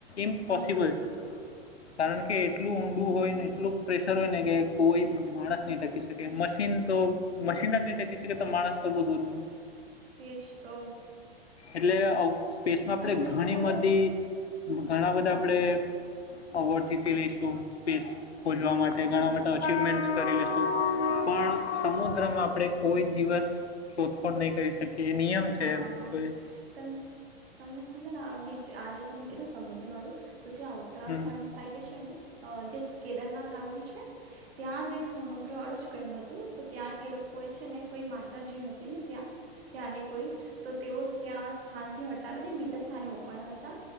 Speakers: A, on the left (about 80°); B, on the right (about 70°).
A: ઇમ્પોસિબલ
B: હમ
A: છે. કારણ કે, એટલું ઊંડું હોય, ને એટલું પ્રેશર હોય ને કે, કોઈ માણસ નહી, ટકી શકે એમજ એમ તો મશીન જ ન ટકી શકે, તો માણસ તો બહુ દૂર
B: એજ તો.
A: એટલે, સ્પેસમાં આપણે
B: તમને
A: ઘણી
B: ખબર
A: બધી, ઘણા બધા
B: હા
A: આપણેે અવોર્ડ જીતી લઈશું. સ્પેસ ખોજવા માટે
B: હા
A: ઘણા
B: હા
A: માટે અચવમેન્ટ કરી લઈશું. પણ સમુદ્રમાં આપણે કોઈ દિવસ શોધખોળ નહીં કરી શકીએ. એ નિયમ છે
B: હા,
A: જો એ.
B: તમ તમને ખબર આવી. આજ તમે કીધું સમુદ્રવાળું તો ત્યાં ઉત્તરાખંડ
A: હમ
B: સાઈડે છે ને. આ જે કેદારનાથ આવેલું છે. ત્યાં જ એક સમુદ્ર વાળું જ કહ્યું હતું તો ત્યાં એ લોકો કોઈ છે ને, કોઈ માતાજી હતી ને ત્યાં. ત્યાંની તો તેઓ ત્યાં સ્થાનથી હટાવીને બીજા સ્થાને મકવાના હતા